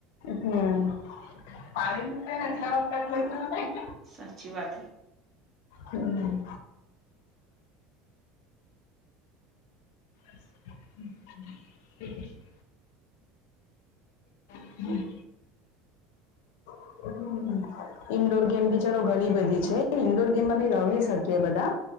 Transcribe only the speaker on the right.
સાચી વાત હૈ.